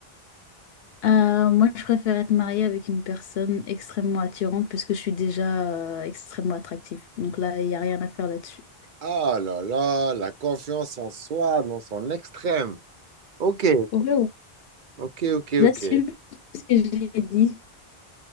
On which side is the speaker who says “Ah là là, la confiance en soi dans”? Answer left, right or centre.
Right